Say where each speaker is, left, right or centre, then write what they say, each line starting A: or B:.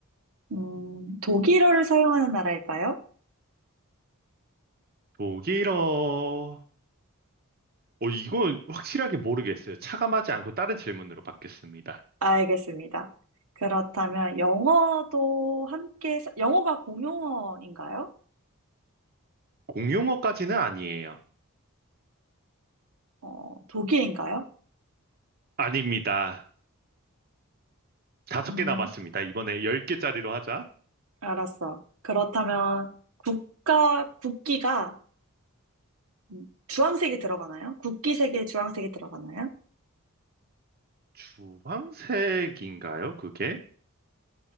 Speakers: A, on the right; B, on the right.
A: 음, 독일어를 사용하는 나라일까요?
B: 독일어. 어, 이건 확실하게 모르겠어요. 차감하지 않고 다른 질문으로 받겠습니다.
A: 알겠습니다. 그렇다면 영어도 함께 사- 영어가 공용어인가요?
B: 공용어까지는 아니에요.
A: 어, 독일인가요?
B: 아닙니다. 다섯
A: 음,
B: 개 남았습니다. 이번에 열 개짜리로 하자.
A: 알았어. 그렇다면 국가 국기가 음, 주황색이 들어가나요? 국기 색에 주황색이 들어가나요?
B: 주황색인가요, 그게?